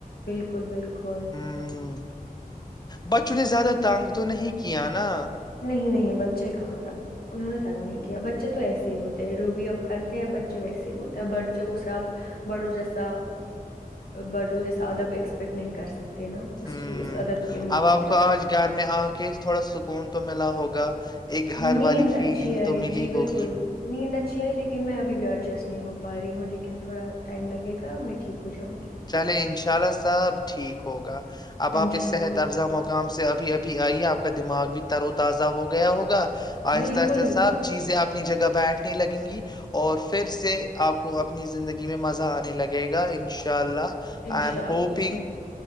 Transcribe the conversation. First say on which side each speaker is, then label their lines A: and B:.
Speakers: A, on the left; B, on the left.
A: ک ب <unintelligible> <unintelligible>
B: ہوں بچوں نے زیادہ تانگ تو نہیں کیا کیاانا
A: نہیں نہیں بچے کہاں تنگ انہوں نے تنگ نہیں کیا بچے تو ایسے ہی ہوتے رو بھی اب کرتے ہیں بچے ویسے ہی ہوتے ہیں بچے اس سے آپ بڑو جیسا بڑو جیسا ادب اسپیکٹ نہیں کر سکتے نا
B: ہوں
A: اس چیز اس ادب کی امید
B: اب
A: نہیں
B: آ
A: کر
B: کو
A: سکتے
B: آج گھر میں آ کے تھوڑا سک کون تو ملا ہوگا ایک گھر
A: نیند
B: والی فیلنگ
A: اچھی آئی
B: تو ملی
A: جی
B: ہوگی
A: بالکل نیند اچھی آئی لیکن میں ابھی بھی آڈ جسٹ نہیں ہو پا رہی ہوں لیکن تھوڑا ٹائم لگےا اب میں ٹھیک ہو جاؤں گی
B: چلے ان شاء اللہ سب ٹھیک ہوگا اب آپ
A: انشاء
B: اس صحت
A: اللہ
B: افزا مقام سے ابھی ابھی آئیے آپ کا دماغ بھی ترو تازہ ہوگا گیا ہوگا آہستہ
A: بالکل
B: آہستہ سب چیزیں آپ کے نی جگہ بیٹھنے لگیں گی اور پھر سے آپ کو اپنی زندگی میں مزہ آنے لگے گا ان شاء چاللہاک
A: انشاء
B: آئی ایم ہوپگ
A: اللہ